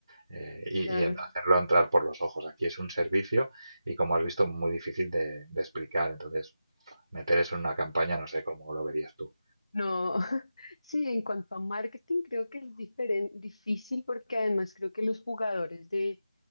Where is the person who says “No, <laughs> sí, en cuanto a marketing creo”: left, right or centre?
Left